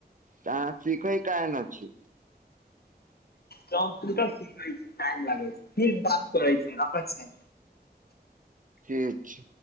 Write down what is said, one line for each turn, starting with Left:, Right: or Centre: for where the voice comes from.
Right: त अहां सीखै काहेन छी
Left: कम्प्यूटर सीखैमे टाइम लागै छै फिर बात करै छै रखैत छै
Right: ठीक छै